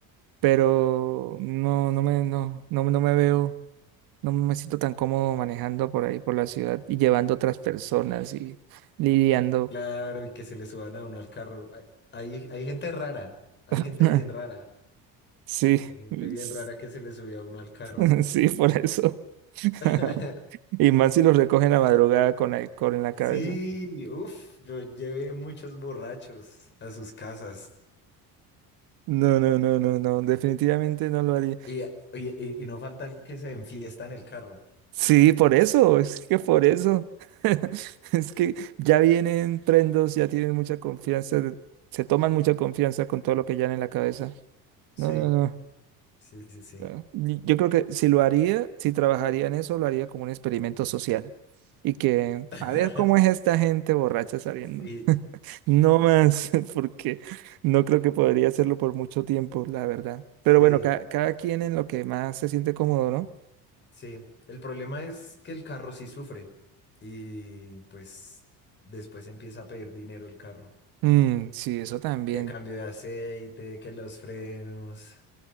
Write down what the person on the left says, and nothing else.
claro, y que se le suban a uno al carro. Hay, hay, hay gente rara, hay
gente bien rara,
hay gente
bien rara que se le subía a uno al carro.
<laughs>
Sí, uff, yo llevé muchos borrachos a sus casas.
Y, oye, y, y no falta el que se enfiesta en el carro.
Sí,
sí, sí, sí.
<laughs>
Sí,
sí,
sí. El problema es que el carro sí sufre. Y pues después empieza a pedir dinero el carro.
Que cambio de aceite, que los frenos,